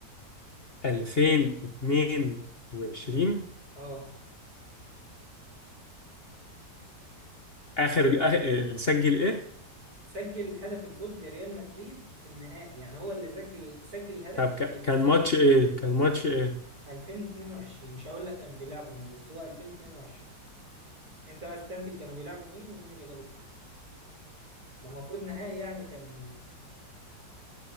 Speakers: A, on the left (about 40°); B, on the right (about 55°).
A: 2022
B: اه
A: اخر آخر- اللي سجل ايه
B: سجل هدف الفوز لريال مدريد في النهائي يعني هو اللي سجل سجل الهدف
A: طب ك-
B: اللي كسب
A: كان ماتش ايه كان ماتش ايه
B: 2022 مش هقول لك كان بيلعبوا مين بس هو 2022 انت بقى استنتج كانوا بيلعبوا مين ومين اللي جاب الجون ده المفروض نهائي يعني كان